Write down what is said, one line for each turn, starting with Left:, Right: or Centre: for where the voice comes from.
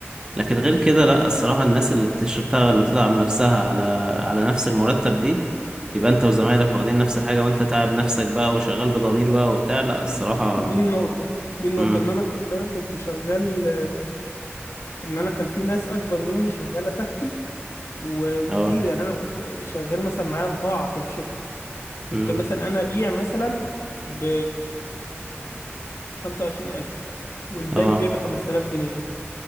Right: لكن غير كده لا الصراحة الناس اللي بتشتغل وتتعب نفسها على على نفس المرتب دي يبقى انت وزمايلك واخدين نفس الحاجة وانت تعب نفسك بقى وشغال بضمير بقى وبتاع لا الصراحة
Left: دي النقطة دي النقطة
Right: امم
Left: ان انا ك- اللي انا كنت شغال ان انا كان في ناس اكبر مني شغاله تحتي و- وكتير
Right: اه
Left: يعني انا كنت شغال مثلا معايا صباعة في الشفت كنت
Right: امم
Left: مثلا انا ابيع مثلا ب 25000 والباقي
Right: اه
Left: يبيع ب 5000 جنيه